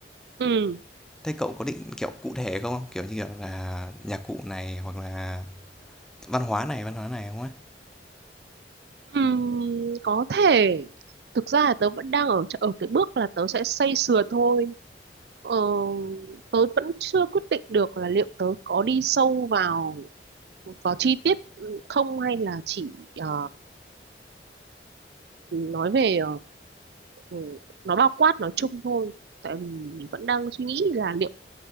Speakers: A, on the right (about 65°); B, in the centre.
A: ừ,
B: Thế cậu có định, kiểu, cụ thể không? Kiểu như, kiểu là, nhạc cụ này hoặc là văn hóa này, văn hóa này không ấy?
A: ừ có thể thực ra là tớ vẫn đang ở ở cái bước là tớ sẽ xây sửa thôi Ờ, tớ vẫn chưa quyết định được là liệu tớ có đi sâu vào vào chi tiết không hay là chỉ ờ, nói về uh, nó bao quát nói chung thôi tại vì vẫn đang suy nghĩ là liệu